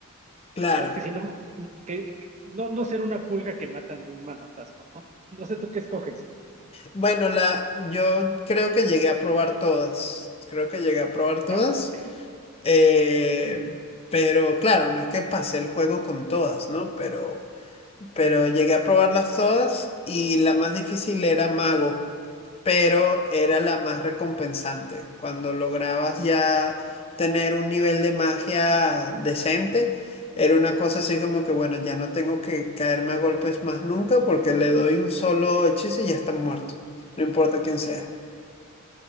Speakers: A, on the left; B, on the right.
A: Claro.
B: o sea, que si no, que, que no, no ser una pulga que matan de un manotazo, ¿no? No sé tú qué escoges,
A: Bueno, la, yo creo que llegué a probar todas. Creo que llegué a probar todas.
B: que aguante.
A: eh, pero claro, no es que pasé el juego con todas, ¿no? Pero, pero llegué a probarlas todas y la más difícil era Mago pero era la más recompensante. Cuando lograbas ya tener un nivel de magia decente, era una cosa así como que, bueno, ya no tengo que caerme a golpes más nunca porque le doy un solo hechizo y ya está muerto. No importa quién sea.